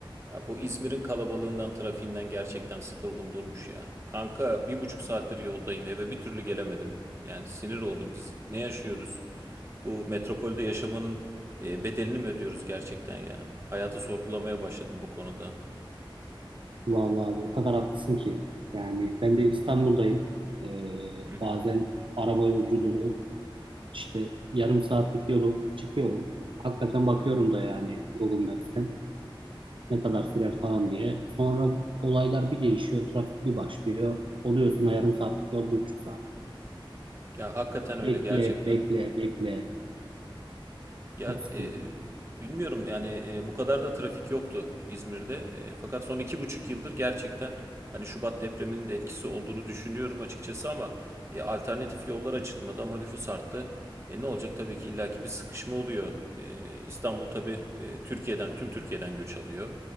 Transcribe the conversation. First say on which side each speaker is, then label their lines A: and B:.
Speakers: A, on the right; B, on the right.
A: Ya bu İzmir'in kalabalığından, trafiğinden gerçekten sıkıldım durmuş ya. Kanka bir buçuk saattir yoldayım. Eve bir türlü gelemedim. Yani sinir oldum. Biz ne yaşıyoruz? Bu metropolde yaşamanın e, bedelini mi ödüyoruz gerçekten ya? Hayatı sorgulamaya başladım bu konuda.
B: Vallahi abi o kadar haklısın ki. Yani ben de İstanbul'dayım. Ee,
A: Hı hı.
B: bazen araba yolculuğu işte yarım saatlik yolu çıkıyorum. Hakikaten bakıyorum da yani Google Maps'ten ne kadar sürer falan diye. Sonra olaylar bir değişiyor, trafik bir başlıyor. Oluyorsun o yarım saatlik yol bir buçuk saat.
A: Ya hakikaten öyle
B: Bekle,
A: gerçekten.
B: bekle, bekle.
A: Ya
B: Çok sıkıntı.
A: e, bilmiyorum yani e, bu kadar da trafik yoktu İzmir'de. E, fakat son iki buçuk yıldır gerçekten hani Şubat depreminin de etkisi olduğunu düşünüyorum açıkçası ama e, alternatif yollar açılmadı ama nüfus arttı. E, ne olacak tabii ki illaki bir sıkışma oluyor. E, İstanbul tabii e, Türkiye'den tüm Türkiye'den göç alıyor.